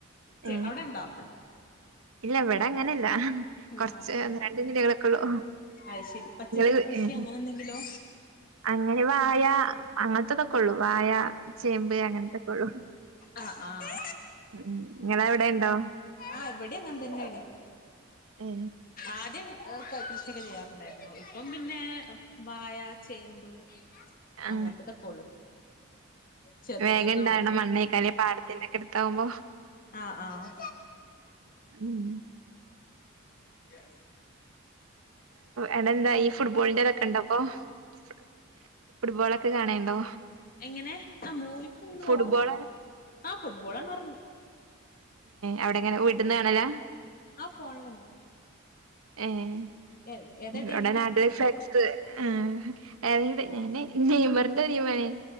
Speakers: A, on the right; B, on the left.
A: ഉ
B: അവിടെ ഉണ്ടോ
A: ഇല്ലവിടെ അങ്ങനില്ല. കൊറച്ച്
B: ആഹ്
A: രണ്ടഞ്ചില്ലകളൊക്കെള്ളൂ
B: അത് ശരി പച്ചക്കറി
A: നിങ്ങ
B: കൃഷി അങ്ങനെ എന്തെങ്കിലോ
A: അങ്ങനെ വായ അങ്ങനത്തെതൊക്കെ കൊള്ളു വായ ചേമ്പ് അങ്ങനത്തെ കൊള്ളു
B: ആഹ് ആഹ്
A: ഉ നിങ്ങള അവിടെ ഉണ്ടൊ ആഹ്
B: ആ ഇവിടെ അങ്ങനെ തന്നേണ്
A: ഏ.
B: ആദ്യം കൃഷിയൊക്കെ ചെയ്യാറുണ്ടായിരുന്നു ഇപ്പം പിന്നെ വായ ചേമ്പ്
A: ആ
B: അങ്ങനത്തതൊക്കെ ഉള്ളു ചെറുത്
A: വേഗം
B: ചെറുതേ
A: ഉണ്ടാവണ
B: ഉള്ളു
A: മണ്ണേക്കാലേ പാട തിന്റെക്കെടുത്താവുമ്പൊ
B: ആഹ് ആഹ്
A: ഉം
B: ഞാൻ
A: എടെന്താ ഈ ഫുട്ബോളിന്റെതൊക്കെ ഇണ്ടപ്പോഫുട്ബോളൊക്കെ കാണേണ്ടോ
B: എങ്ങനെ ആ മൂവിക്ക് ഇങ്ങനെ
A: ഫുട്ബോൾ
B: പോവാറുണ്ട് ആ ഫുട്ബോളാണ് പറഞ്ഞ്
A: അവിടെ എങ്ങനെ വീട്ട്ന്ന് കാണലാ
B: ആ ഫോണിലന്നെ
A: ഏഹ്‌
B: ഏ ഏതാ ടീം
A: വിടെ ആരെതെങ്കി ആ ഏഹ് ഞാൻ നെയംമറിന്റെ ടീം ആണ്